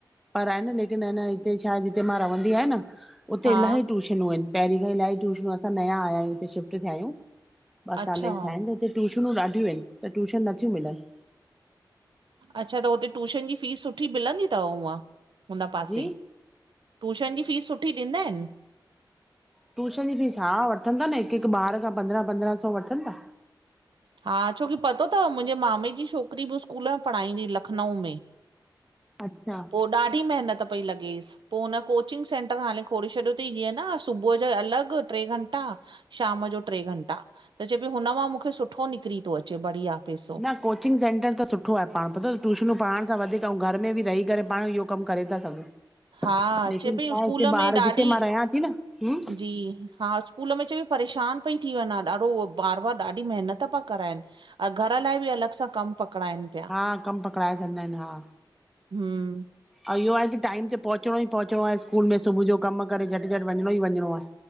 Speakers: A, in the centre; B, on the right.
A: पर आहे न लेकिन आहे न हिते छा जिते मां रवंदी आहियां न उते
B: हा
A: इलाही ट्यूशनयूं आहिन, पहिरीं खां इलाही ट्यूशनूं, असां नया आया आहियूं हिते शिफ्ट थिया आहियूं। ॿ
B: अच्छा
A: साल ई थिया आहिन त हिते ट्यूशनूं ॾाढियूं आहिन त ट्यूशन नथियूं मिलन।
B: अच्छा त हुते ट्यूशन जी फीस सुठी मिलंदी थव उअं हुन पासे?
A: जी
B: टृयूशन जी फीस सुठी ॾींदा आहिन?
A: ट्यूशन जी फीस, हा वठंदा अन हिकु हिकु ॿार खां पंद्रहं पंद्रहं सौ वठंन ता।
B: हा छोकि पतो थव मुंहिंजे मामे जी छोकिरी बि स्कूल में पढ़ाईंदी लखनऊ में
A: अच्छा
B: पो ॾाढी महिनत पई लॻेसि पो हुन कोचिंग सेंटर हाणे खोले छॾियो थई जीअं न सुबुह जो अलॻि ट्रे घंटा शाम जो ट्रे घंटा त चए पई हुन मां मूखे सुठो निकिरी थो अचे बढ़िया पेसो।
A: न कोचिंग सेंटर त सुठो आ पाण पतो तव ट्यूशनूं पढ़ाइण सां वधीक ऐं घर में बि रही करे पाण इहो कमु करे था सघूं।
B: हा
A: लेकिन
B: चए पई
A: छा
B: स्कूल
A: आहे हिते
B: में
A: ॿार
B: ॾाढी,
A: जिते मां रहियां थी न हूं
B: जी हा। स्कूल में चई परेशान पई थी वंञा, ॾाढो उअ बार बार ॾाढी महिनत पिया कराइनि। अं घर लाइ बि अलॻ सां कमु पकिड़ाइनि।
A: हा, कम पकड़ाए छॾींदा आहिन, हा।
B: हम्म
A: अ इहो आहे की टाइम ते पहुचणो ई पहुचणो आहे स्कूल में सुबुह जो कम करे झट- झट वञिणो ई वञिणो आ।